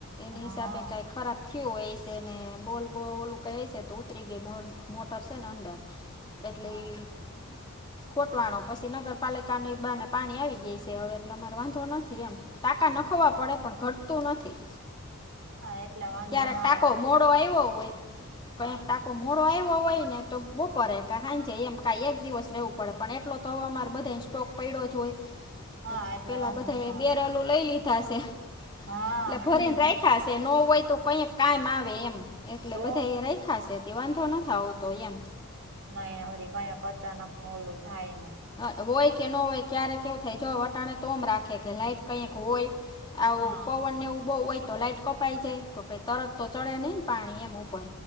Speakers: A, on the left (about 20°); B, on the right (about 60°).
A: એની
B: હા
A: હિસાબે કાંઈ ખરાબ થયું ઓય શે ને, બોલ બોલ ઓલું કય શે, તો ઉતરી ગઈ મોટર શેને અંદર. એટલે
B: હા
A: ઈ ખૂટવાણો પસી નગરપાલિકાની ઈ બાને પાણી આવી ગય શે, હવે એટલે અમારો વાંધો નથી એમ. ટાકા નખવા પડે પણ ઘટતું નથી.
B: હા એટલે વાંધો
A: ક્યારેક
B: ના
A: ટાકો
B: આવે
A: મોડો આવ્યો હોય, કઈક
B: હા
A: ટાક તો મોડો આવ્યો હોયને, તો બપરે કે હાંજે, એમ કા એક દિવસ રહેવું પડે, પણ એટલો તો હમારે બધાએ સ્ટોક પડ્યોજ હોય,
B: હા
A: એમ
B: એટલે
A: પેલા
B: વાંધો
A: બધાએ
B: ના
A: બેરલો
B: આવે
A: લઈ લીધાશે,
B: હા
A: એટલે ભરીને રાખ્યા હશે, નો હોય તો કઈક કઈમ આવે એમ. એટલે
B: તો
A: બધા એ રેખાશે, તે વાંધો નથ આવતો એમ.
B: નઈ આવરી કણક અચાનક નું ઓલું થાય ને.
A: અ હોય કે ન હોય, ક્યારેક કેવું થાય, જો વટાણે તોમ રાખેકે લાઈટ કઈક હોય. આવુ
B: હા
A: પવનને એવુ બહુ હોય તો લાઈટ. કપાઈ જાય તો કઈ તરત તો ચડે નહી ને પાણી એમ ઉપર